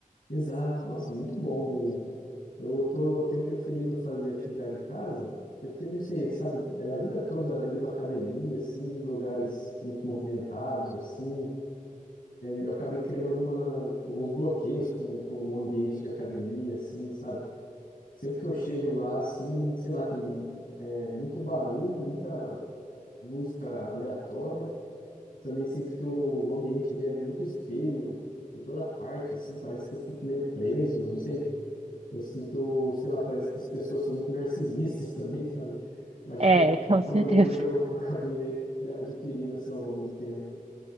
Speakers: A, on the left (about 85°); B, on the right (about 45°).
A: Exato, nossa, é muito bom mesmo. Eu tô, eu tenho preferido fazer atividade em casa, porque, não sei, sabe, é, a vida toda indo à academia, assim, em lugares muito movimentados, assim, Eu acabei criando alguma, alguns bloqueios com, com o ambiente de academia, assim, sabe? Sempre que eu chego lá, assim, sei lá, tem é, muito barulho, muita música aleatória. Eu também sinto que o ambiente ele é muito espelho por toda parte, assim, parece que eu fico meio preso, não sei. Eu sinto, sei lá, parece que as pessoas são muito narcisistas <laughs> também, sabe? Eu acho
B: É,
A: que é um,
B: <laughs>
A: um
B: com
A: problema
B: certeza.
A: que eu, que eu acabei adquirindo, assim, ao longo do tempo.